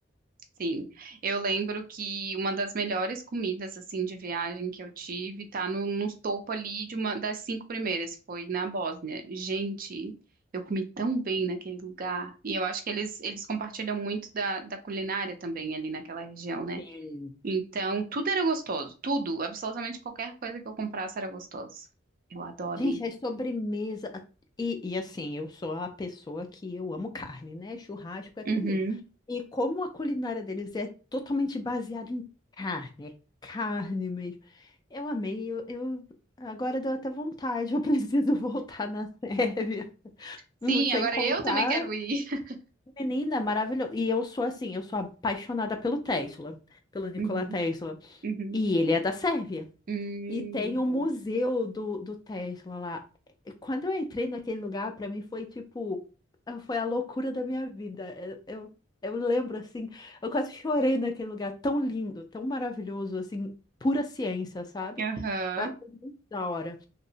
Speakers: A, on the right; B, on the left.
A: sim. Eu lembro que uma das melhores comidas, assim, de viagem que eu tive, tá no, no topo ali de uma das cinco primeiras, foi na Bósnia. Gente, eu comi tão bem naquele lugar. E eu acho que eles, eles compartilham muito da, da culinária também ali naquela região, né?
B: Bem.
A: Então, tudo era gostoso. Tudo, absolutamente qualquer coisa que eu comprasse era gostoso. Eu adoro
B: Gente,
A: ir.
B: as sobremesa. E, e assim, eu sou a pessoa que eu amo carne, né? Churrasco é comigo.
A: Uhum.
B: E como a culinária deles é totalmente baseada em carne, é carne mesmo. Eu amei, eu, eu- agora deu até vontade, eu <laughs> preciso voltar na Sérvia.
A: Sim,
B: Hum, Sem
A: agora
B: contar,
A: eu também quero ir. <laughs>
B: menina, maravilhoso. E eu sou assim, eu sou apaixonada pelo Tesla, pelo Nikola
A: Uhum,
B: Tesla.
A: uhum.
B: E ele é da Sérvia.
A: Hum,
B: E tem o museu
A: sei
B: do, do Tesla lá. Quando eu entrei naquele lugar, para mim foi tipo, eh, foi a loucura da minha vida. Eu, eu, eu lembro assim, eu quase chorei naquele lugar, tão lindo, tão maravilhoso, assim, pura ciência, sabe?
A: Aham.
B: Eu achei muito da hora.